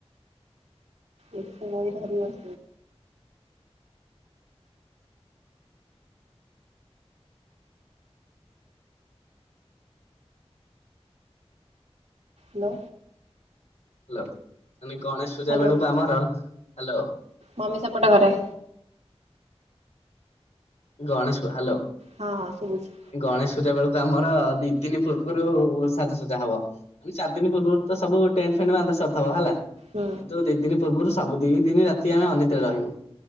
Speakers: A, on the right (about 80°); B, on the left (about 80°).
A: ଏ ବହି ଧାରୀିବସ ହ୍ୟାଲୋ।
B: ହ୍ୟାଲୋ ମାନେ ଗଣେଶ ପୂଜା
A: ହ୍ୟାଲୋ
B: ବେଳକୁ ଆମର ହ୍ୟାଲୋ।
A: ମମି ସେପଟ ଘରେ।
B: ଗଣେଶ ହ୍ୟାଲୋ।
A: ହଁ ହଁ ଶୁଭୁଛି
B: ଗଣେଶ ପୂଜା ବେଳକୁ ଆମର ଦି ଦିନି ପୂର୍ବରୁ ସାଜାସଜା ହବ ମାନେ ଚାରି ଦିନ ପୂର୍ବରୁ ତ ସବୁ ଟେଣ୍ଟ ଫେଣ୍ଟ ବନ୍ଧା ସାରିଥିବ ହେଲା।
A: ହୁଁ।
B: କିନ୍ତୁ ଦି ଦିନ ପୂର୍ବରୁ ସବୁ ଦି ଦିନ ରାତି ଆମେ ଅନିଦ୍ରାରେ ରହିବୁ